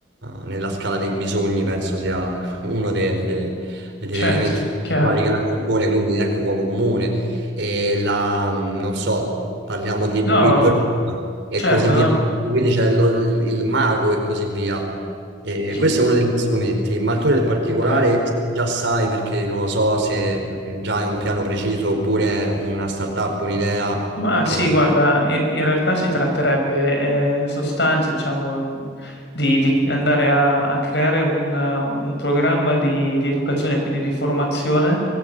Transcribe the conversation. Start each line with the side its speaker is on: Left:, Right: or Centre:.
Right: nella scala dei bisogni penso sia uno dei, dei- e degli
Left: certo,
Right: elementi
Left: chiaro.
Right: vari che la compone, quindi ecco uomo comune, e la, mh, non so, parliamo di escape
Left: No,
Right: room e
Left: certo,
Right: così via,
Left: no,
Right: quindi c'è lo- il, il mago e così via. E
Left: chi-
Right: questo è uno degli strumenti, ma tu nel particolare
Left: ok.
Right: già sai perché non lo so se mh, già è un piano preciso oppure è una startup, un'idea
Left: Ma
Right: che
Left: sì,
Right: non...
Left: guarda, i- in realtà si tratterebbe eh, in sostanza, diciamo, di, di andare a, a creare un, un programma di, di educazione, quindi di formazione